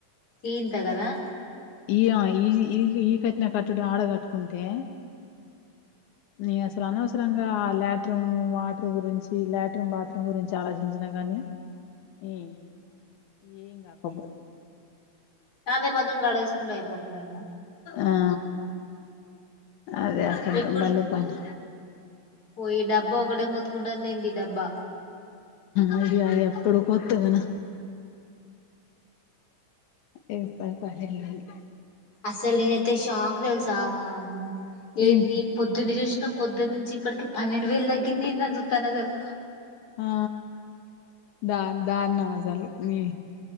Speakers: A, on the left; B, on the left.
A: ఇ ఇంత కదా
B: ఈ ఈ ఈ ఈ కట్న కట్టుడే ఆడ కట్టుకుంటే ని అసలు అనవసరంగా ఆ ల్యాట్రమ్ వాటర్ గురించి ఈ ల్యాట్రిన్ బాత్రూమ్ గురించి ఆలోచించిన కాగానీ ఈ ఎం కాకపోవ్
A: చాలే బత్రం గాడేసుకుంటే అయిపోకపోయింద
B: ఆ అదే అసలు
A: ఇప్పుడు
B: బలేపన్
A: పోయి డబ్బా ఒకటే మొత్తుకుంటాందెంది డబ్బా
B: అవి అది ఎప్పుడు కొత్తదనా ఇప్పుడికి అదే లొల్లి
A: అసలు నేనైతే షాక్ తెలుసా వామ్మో ఏంది
B: ఏంటి
A: పొద్దున్న చూస్ పొద్దు నుంచి ఇప్పటికి పన్నెండు వేలు తగ్గిందేందీ అని సుత్తన అసలు
B: ఆ ద దార్నం అసలు ని